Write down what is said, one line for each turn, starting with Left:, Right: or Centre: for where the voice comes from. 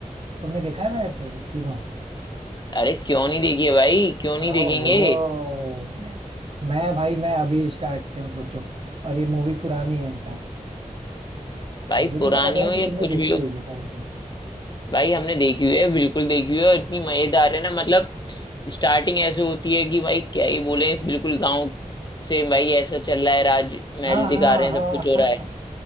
Right: तुमने देखा है वैसे तीनों
Left: अरे क्यों नहीं देखी है भाई क्यों नहीं
Right: ओहो
Left: देखेंगे
Right: मैं मैं भाई मैं अभी स्टार्ट किया हूँ सोचो और ये मूवी पुरानी है इनफैक्ट
Left: भाई
Right: मुझे नहीं
Left: पुरानी
Right: पता था यार
Left: हो
Right: कि
Left: या
Right: तुमने
Left: कुछ
Right: देखी
Left: भी हो
Right: हुई है पहले से
Left: भाई हमने देखी हुई है बिल्कुल देखी हुई है और इतनी मजेदार है ना मतलब स्टार्टिंग ऐसे होती है कि भाई क्या ही बोले बिल्कुल गांव से भाई ऐसा चल रहा है राज महल
Right: हाँ
Left: दिखा
Right: हाँ
Left: रहे हैं
Right: हाँ
Left: सब कुछ हो रहा है
Right: हाँ